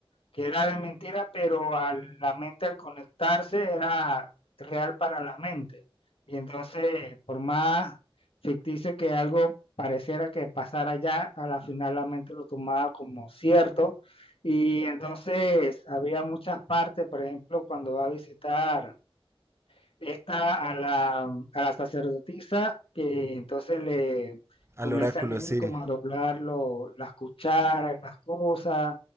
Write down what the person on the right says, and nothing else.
Al
oráculo,
sí,